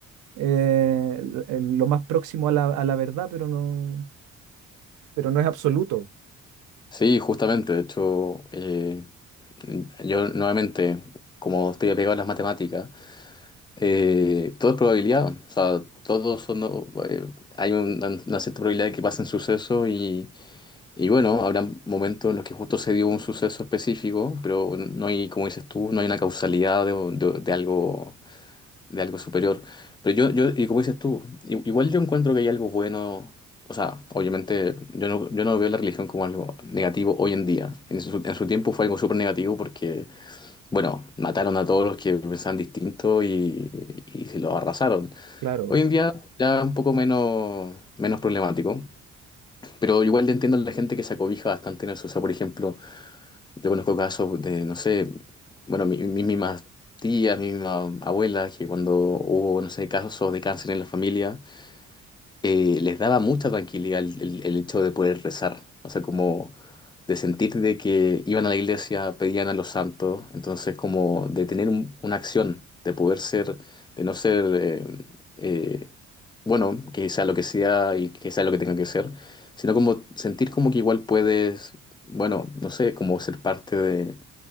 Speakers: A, on the right; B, on the left.
A: eh, l- eh, lo más próximo a la, a la verdad, pero no pero no es absoluto.
B: Sí, justamente, de hecho, eh, yo nuevamente, como estoy apegado a las matemáticas, eh, todo es probabilidad, o sea, todos son, eh, hay un- una cierta probabilidad de que pasen sucesos y... Y bueno, habrá momentos en los que justo se dio un suceso específico, pero no hay, como dices tú, no hay una causalidad de, de- de algo, de algo superior. Pero yo, yo, y como dices tú, i- igual yo encuentro que hay algo bueno, o sea, obviamente yo no, yo no veo la religión como algo negativo hoy en día. En su, en su tiempo fue algo súper negativo porque, bueno, mataron a todos los que pensaban distinto y, y se los arrasaron.
A: Claro,
B: Hoy en día ya un poco menos, menos problemático. Pero igual entiendo a la gente que se acobija bastante en eso. O sea, por ejemplo, yo conozco casos de, no sé, bueno, mi- mis mismas tías, mi misma abuela, que cuando hubo, no sé, casos de cáncer en la familia, eh, les daba mucha tranquilidad el, el- el hecho de poder rezar, o sea, como de sentir de que iban a la iglesia, pedían a los santos, entonces como de tener un- una acción, de poder ser, de no ser, eh, eh, bueno, que sea lo que sea y que sea lo que tenga que ser, sino como sentir como que igual puedes, bueno, no sé, como ser parte